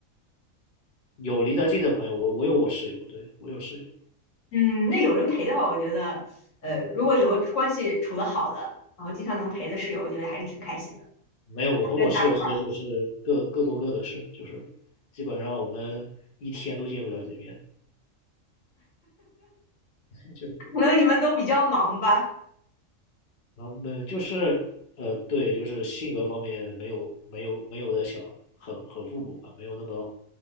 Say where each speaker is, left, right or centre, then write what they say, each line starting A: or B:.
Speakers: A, on the left; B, on the left.
A: 有离得近的朋友，我我有我室友，对我有室友。
B: 嗯，那有人陪的话，我觉得，呃，如果有关系处得好的，然后经常能陪的室友，我觉得还是挺开心的，
A: 没有，我和我室友其实就是各各做各的事，
B: 还能搭个伴儿。
A: 就是基本上我们一天都见不了几面，就是
B: 可能你们都比较忙吧。
A: 然后没就是呃对，就是性格方面没有没有没有的小很很互补吧，没有那么